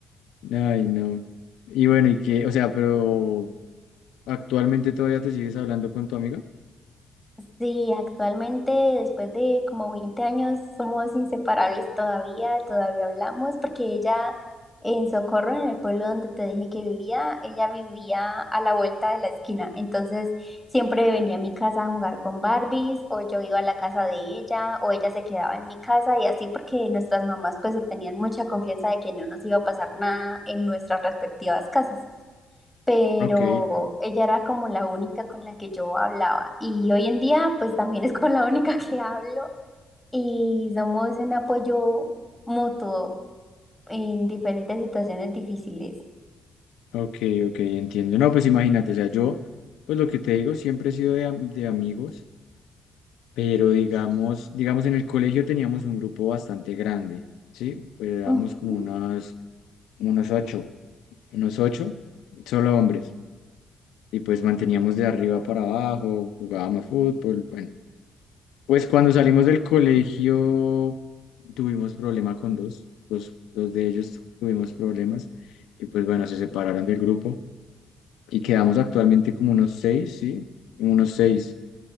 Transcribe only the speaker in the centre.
Sí, actualmente, después de como 20 años, somos inseparables todavía, todavía hablamos, porque ella en Socorro, en el pueblo donde te dije que vivía, ella vivía a la vuelta de la esquina. Entonces, siempre venía a mi casa a jugar con Barbies, o yo iba a la casa de ella, o ella se quedaba en mi casa, y así porque nuestras mamás pues se tenían mucha confianza de que no nos iba a pasar nada en nuestras respectivas casas pero
ella era como la única con la que yo hablaba y hoy en día pues también es con la única <laughs> que hablo y somos un apoyo mutuo en diferentes situaciones difíciles.
Ujú.